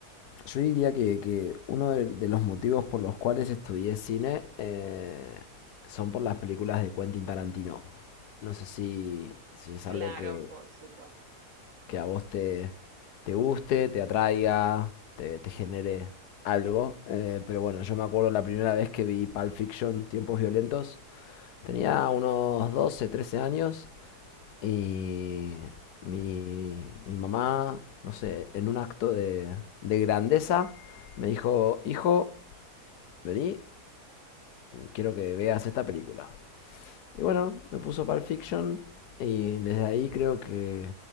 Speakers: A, on the left; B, on the right.
A: yo diría que, que uno de, de los motivos por los cuales estudié cine eh, son por las películas de Quentin Tarantino. No sé si, si es
B: Claro,
A: algo que,
B: por supuesto.
A: que a vos te, te guste, te atraiga, te, te genere algo. Eh, pero bueno, yo me acuerdo la primera vez que vi Pulp Fiction, Tiempos Violentos, tenía unos 12 13 años y mi, mi mamá, no sé, en un acto de, de grandeza, me dijo, hijo, vení, quiero que veas esta película. Y bueno, me puso Pulp Fiction y desde ahí creo que,